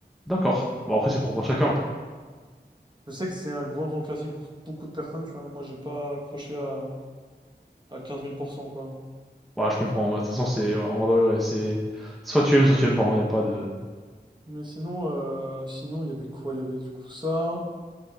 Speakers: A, in the centre; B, on the right.
A: D'accord. Bon, après, c'est propre à chacun. hein.
B: Je sais que c'est un grand, grand classique pour beaucoup de personnes, tu vois. Moi, j'ai pas accroché à, à quinze mille pour cent quoi.
A: Ouais, je comprends. Bah, De toute façon, c'est, ouais, en vrai, ouais, c'est, soit tu aimes, soit tu aimes pas, il n'y a pas de...
B: Mais sinon, euh, sinon, il y avait quoi? Il y avait du coup ça.